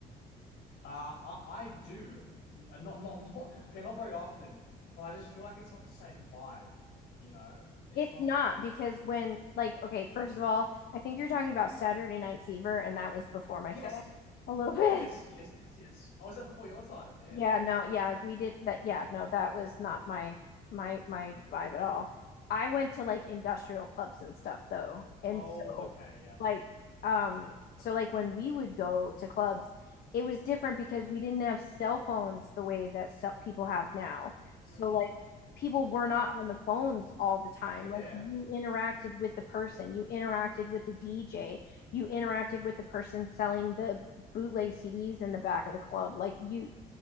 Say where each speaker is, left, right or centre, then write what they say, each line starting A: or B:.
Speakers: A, on the left (about 80°); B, on the left (about 65°).
A: Uh, I I do n- uh, not not <laughs> not okay, not very often, but I just feel like it's not the same vibe, you know? It's
B: It's
A: not.
B: not because when like okay, first of all, I think you're talking about Saturday Night Fever, and that was before my
A: Yes,
B: time a little <laughs> bit.
A: yes, yes, yes, yes. I was that before your time. Damn.
B: Yeah, no, yeah, we did that. Yeah, no, that was not my my my vibe at all. I went to like industrial clubs and stuff though. And
A: Oh,
B: so
A: okay, yeah.
B: like um so like when we would go to clubs, it was different because we didn't have cell phones the way that cell people have now. So
A: Mm-hmm.
B: like people were not
A: Can't.
B: on the phones all the time.
A: Yeah.
B: Like you interacted with the person, you interacted with the DJ, you interacted with the person selling the bootleg CDs in the back of the club. Like you